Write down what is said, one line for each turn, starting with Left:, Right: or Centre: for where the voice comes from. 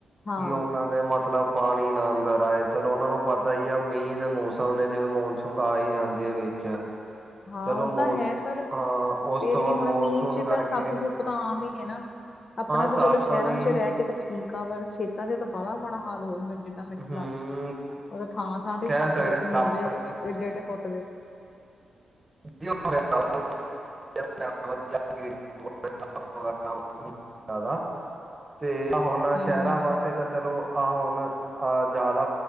Left: ਹਾਂ
Right: ਕੀ, ਓਨਾਂ ਦੇ ਮਤਲਬ ਪਾਣੀ ਨਾ ਅੰਦਰ ਆਏ। ਚਲੋ ਓਨਾਂ ਨੂੰ ਪਤਾ ਹੀ ਆ, ਮੀਂਹ ਦੇ ਮੌਸਮ ਨੇ ਜਿਵੇਂ, ਮੌਨਸੂਨ ਤਾਂ ਆ ਹੀ ਜਾਂਦੀ ਹੈ ਵਿੱਚ
Left: ਹਾਂ
Right: ਚਲੋ
Left: ਉਹ
Right: ਮੌਸ
Left: ਤਾਂ ਹੈ, ਪਰ
Right: ਹਾਂ ਉਸ
Left: ਫੇਰ
Right: ਤੋਂ
Left: ਵੀ
Right: ਬਾਅਦ
Left: ਹੁਣ
Right: ਮੌਨਸੂਨ
Left: ਮੀਂਹ ਚ
Right: ਕਰਕੇ
Left: ਤਾਂ ਸੱਪ- ਸੁੱਪ ਤਾਂ ਆਮ ਹੀ ਨੇ ਨਾ। ਆਪਣਾ
Right: ਹਾਂ
Left: ਤਾਂ
Right: ਸੱਪ
Left: ਚਲੋ ਸ਼ਹਿਰਾਂ
Right: ਵੀ
Left: ਚ ਰਹਿ ਕੇ ਤਾਂ ਠੀਕ ਆ, ਪਰ ਖੇਤਾਂ ਚ ਤਾਂ ਬਾਲ਼ਾ ਮਾੜਾ ਹਾਲ ਹੋਊ। ਮੈ ਨਾ ਮੈਨੂੰ
Right: ਹੂੰ
Left: ਲੱਗਦਾ। ਉਹ ਥਾਂ-ਥਾਂ ਤੇ
Right: ਕਹਿ
Left: ਸੱਪ
Right: ਸਕਦੇ
Left: ਦੇਖਣ ਨੂੰ
Right: ਸੱਪ
Left: ਮਿਲ ਜਾਏ
Right: ਵੀ
Left: ਏਡੇ- ਏਡੇ ਫੁੱਟ ਦੇ
Right: <unintelligible> <unintelligible> ਤੇ ਹੁਣ ਸ਼ਹਿਰਾਂ
Left: ਹਮ
Right: ਪਾਸੇ ਤਾਂ ਚਲੋ, ਆਹ ਹੁਣ ਅਹ ਜਾਦਾ